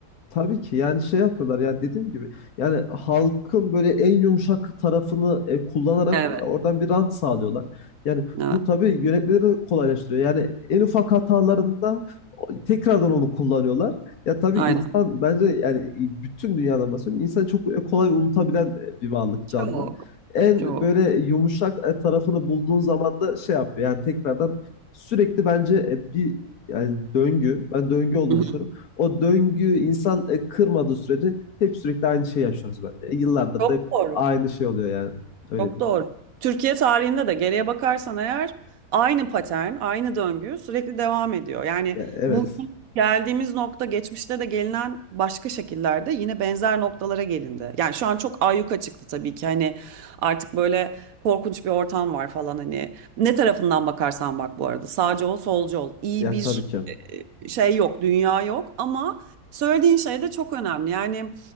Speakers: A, on the left; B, on the right.
A: Tabii ki yani şey yapıyorlar ya dediğim gibi yani halkın böyle en yumuşak tarafını e, kullanarak
B: Evet,
A: ya oradan bir rant sağlıyorlar. Yani
B: evet,
A: bu tabii yönetmeleri kolaylaştırıyor. Yani en ufak hatalarında o- tekrardan onu kullanıyorlar. Ya tabii
B: aynen.
A: insan bence yani e, bütün dünyadan bahsediyorum. İnsan çok e, kolay unutabilen e, bir varlık canlı.
B: Çok,
A: En
B: çok.
A: böyle yumuşak e, tarafını bulduğun zaman da şey yapıyor. Yani tekrardan sürekli bence e, bir yani döngü. Ben döngü olduğunu
B: Hı hı.
A: düşünüyorum. O döngü insan e, kırmadığı sürece hep sürekli aynı şeyi yaşıyoruz bence. E, yıllardır
B: Çok
A: da hep
B: doğru.
A: aynı şey oluyor yani. Öyle
B: Çok
A: değil.
B: doğru. Türkiye tarihinde de geriye bakarsan eğer aynı patern, aynı döngü sürekli devam ediyor. Yani
A: Ya, evet.
B: bugün geldiğimiz nokta geçmişte de gelinen başka şekillerde yine benzer noktalara gelindi. Yani şu an çok ayyuka çıktı tabii ki hani artık böyle korkunç bir ortam var falan hani ne tarafından bakarsan bak bu arada sağcı ol solcu ol iyi
A: Ya
B: bir
A: tabii ki.
B: e, şey yok dünya yok ama söylediğin şey de çok önemli. Yani